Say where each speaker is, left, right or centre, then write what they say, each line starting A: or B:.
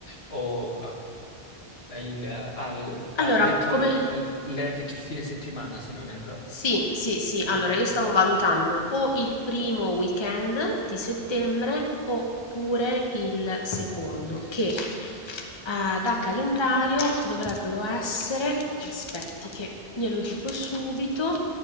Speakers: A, on the left; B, on the left.
A: o eh, il, ah, l- ha
B: Allora,
A: detto,
B: come...
A: l- lei ha detto il fine settimana, se non erro.
B: Sì, sì, sì.
A: Ok,
B: Allora, io stavo valutando o il primo weekend di settembre oppure il secondo, che eh, da calendario dovrebbero essere, aspetti che glielo dico subito,